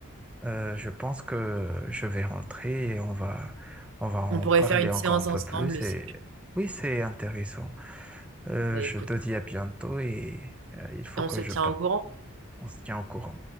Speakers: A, in the centre; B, on the right.
A: Euh, je pense que je vais rentrer et on va, on va en
B: On pourrait
A: parler
B: faire une
A: encore
B: séance
A: un peu
B: ensemble
A: plus. Et
B: si tu...
A: oui, c'est intéressant. Euh,
B: Bah,
A: je
B: écoute,
A: te dis à bientôt et euh, il faut
B: on
A: que
B: se
A: je
B: tient
A: parte.
B: au courant.
A: On se tient au courant.